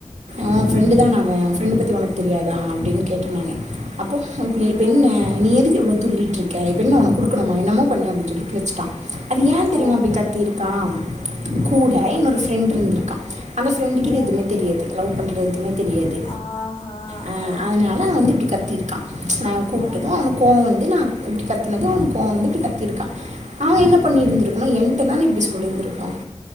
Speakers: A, on the right; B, on the left.
A: உ ஃப்ரெண்டு தான அவ உ ஃப்ரெண்டு பத்தி உனக்கு தெரியாதா அப்டின்னு கேட்ட நானு அப்ப உனக்கு நீ இப்ப என்ன
B: ஆ
A: நீ எதுக்கு இவ்ளோ துள்ளிட்ரு க்க இப்பென்ன உனக்கு குடுக்கணுமா என்னமோ பண்ணு அப்டின் சொல்லிட்டு வெச்சுட்டா அது ஏ
B: ஓ
A: கத்திருக்கா கூட
B: ம்
A: இன்னொரு ஃப்ரெண்ட் இருந்திருக்கா அந்த ஃப்ரெண்டுக்கு
B: ஓ
A: இது எதுமே தெரியாது லவ் பண்றது எதுமே தெரியாது
B: ஆஹா
A: அ
B: ஆ
A: அத னால வந்து இப்டி கத்திருக்கா நா கூப்ட்டது
B: ஆஹா
A: அவனுக்கு கோவ வந்து நா கத்துனது அவ கோவ வந்துட்டு கத்திருக்கா அவ
B: ஆ
A: என்ன பண்ணி இருந்திருக் நீ என்ட்ட தான இப்டி சொல்லிந்திருக்கனு